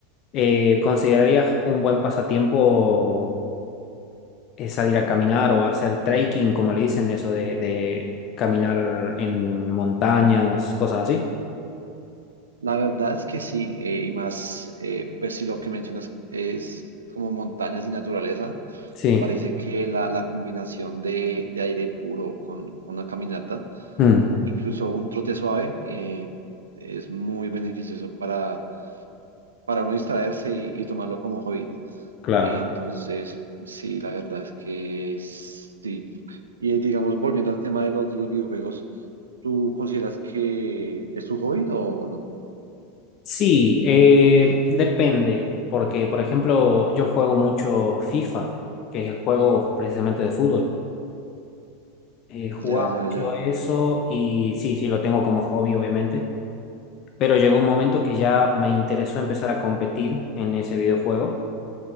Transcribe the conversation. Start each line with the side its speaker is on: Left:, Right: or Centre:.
Left: Eh, ¿considerarías un buen pasatiempo eh, salir a caminar o hacer trekking, como le dicen, eso de, de caminar en montañas, cosas así?
Right: La verdad es que sí, eh, y más, eh, pues si lo que mencionas es como montañas y naturaleza,
Left: Sí,
Right: me parece que la, la combinación de, de aire puro con, con una caminata,
Left: Mm,
Right: incluso un trote suave, eh, es muy beneficioso para, para uno distraerse y, y tomarlo como hobby.
Left: claro.
Right: Eh, Entonces, sí, la verdad es que sí. Y eh, digamos, volviendo al tema de los, de los videojuegos, ¿tú consideras que es tu hobby o o no?
Left: Sí, eh, depende, porque por ejemplo yo juego mucho FIFA, que es el juego precisamente de fútbol. Eh, jugaba
Right: Ya, ya, ya.
Left: mucho eso y sí, sí, lo tengo como hobby obviamente, pero llegó un momento que ya me interesó empezar a competir en ese videojuego